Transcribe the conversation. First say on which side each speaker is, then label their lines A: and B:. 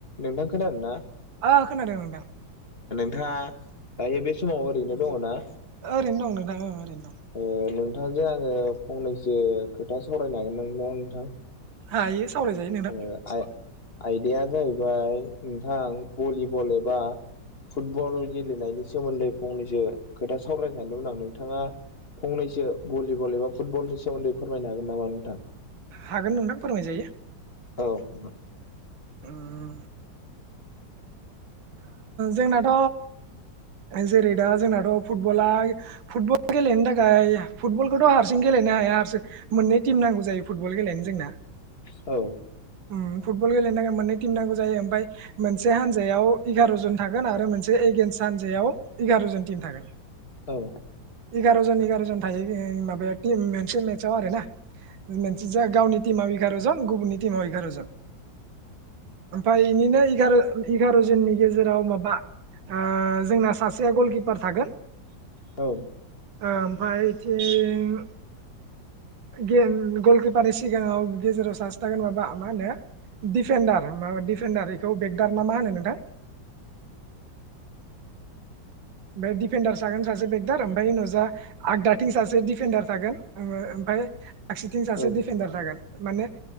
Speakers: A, on the left (about 30°); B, on the right (about 80°).
A: नोंथां खोनादोंना?
B: ओ खोनादों नोंथां।
A: नोंथाङा दायो बे समाव ओरैनो दङ ना?
B: ओरैनो दं नोंथां औ ओरैनो दं।
A: ओ नोंथांजों आङो फंनैसो खोथा सावरायनो हागोन ना नोंथां?
B: हायो। सावरायजायो नोंथां
A: ओ आ-आयदाया जाहैबाय नोंथां भलिबल एबा फुटबल गेलेनायनि सोमोन्दै फंनैसो खोथा सावरायनो सानदोंमोन आं, नोंथाङा फंनैसो भलिबल एबा फुटबलनि सोमोन्दै फोरमायनो हागोन नामा नोंथां?
B: हागोन नोंथां फोरमायजायो।
A: औ <inaudible>
B: उम जोंनाथ' जेरै दा जोंनाथ' फुटबला फुटबल गेलेनो थाखाय फुटबलखौथ' हारसिं गेले नो हाया, मोननै टिम नांगौ जायो फुटबल गेलेनो जोंना।
A: औ
B: ओम फुटबल गेलेनो थाखाय मोननै टिम नांगौ जायो। ओमफ्राय मोनसे हानजायाव एगार' जन थागोन आरो मोनसे एगेयन्स हानजायाव एगार' जन टिम थागोन।
A: औ
B: एगार' जन एगार' जन थायो बे माबाया टिम मोनसे मेटचाव आरो ना। मोनसे जा गावनि टिमाव एगार' जन गुबुननि टिमाव एगार' जन‌। ओमफ्राय बेनिनो एगार' एगार' जननि गेजेराव माबा ओ जोंना सासेया गलकिपार थागोन
A: औ
B: ओमफ्राय बिथिं गेम गलकिपारनि सिगाङाव गेजेराव सासे थागोन माबा मा होनो दिफेन्डार माबा दिफेन्डार बेखौ बेगदार ना मा होनो नोंथां ओमफ्राय दिफेन्डार सागोन सासे बेगदार ओमफ्राय उनाव जा आगदाथिं सासे दिफेडार थागोन फाइ आगसिथिं सासे
A: औ
B: दिडफेडार थागोन माने